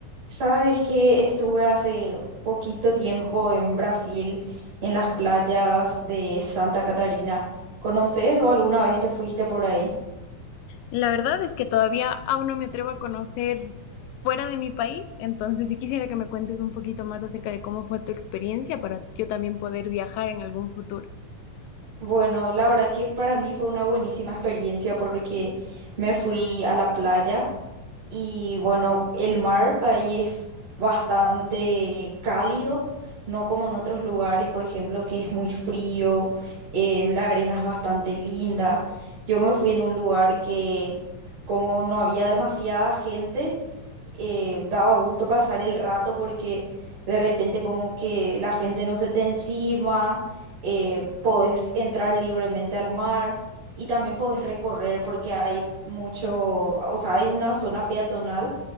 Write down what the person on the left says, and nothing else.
La verdad es que todavía aún no me atrevo a conocer fuera de mi país, entonces sí quisiera que me cuentes un poquito más acerca de cómo fue tu experiencia para yo también poder viajar en algún futuro.